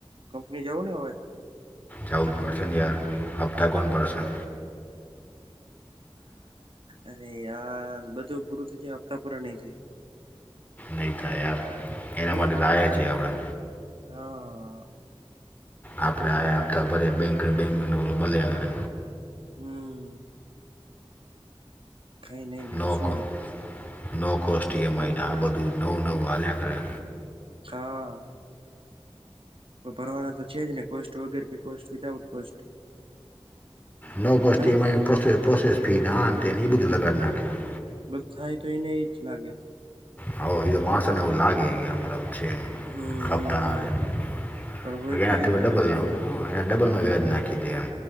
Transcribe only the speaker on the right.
કંપની જવ ને હવે
અરે યાર બધું પૂરું થઇ જાય હપ્તા પૂરા નઈ થાય
હેને
હા
હમ ખાઈ નહીં બીજે
શું
હોય
હા ભરવાના તો છે જ ને કોસ્ટ વગ કે કોસ્ટ વિદાઉટ કોસ્ટ
હેને
બધું થાય તો એ નહી જ લાગે
હમ
હમ હમ પણ હોય તો એજ
બધું